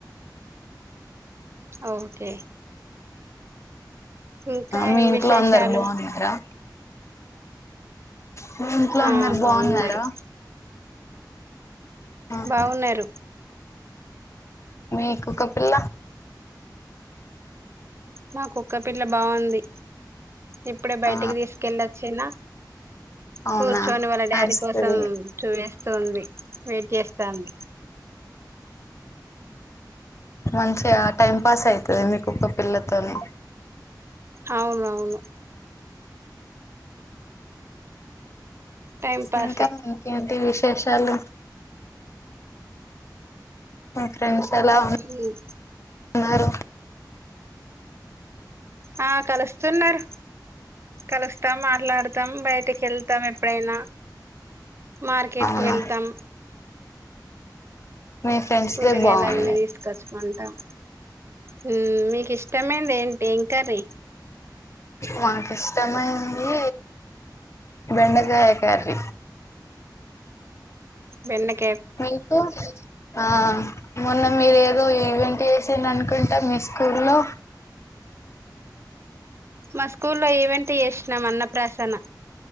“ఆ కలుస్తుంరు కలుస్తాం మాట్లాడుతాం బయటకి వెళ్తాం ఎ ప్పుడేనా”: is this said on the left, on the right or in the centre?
Right